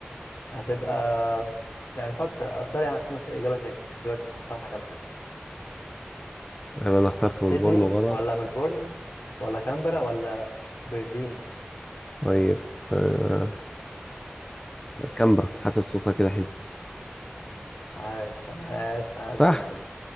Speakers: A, on the left; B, on the left.
A: هتبقى يعني فكر اختار يعني اختار اجابة تاني هسيبك مسامحة كمان
B: يبقى انا اخترت
A: سيدني
B: ملبورن غلط
A: ولا ملبورن ولا كامبرا ولا برزين
B: طيب آه كامبرا حاسس صوتها كده حلو
A: عاش عاش عاش
B: صح
A: جدا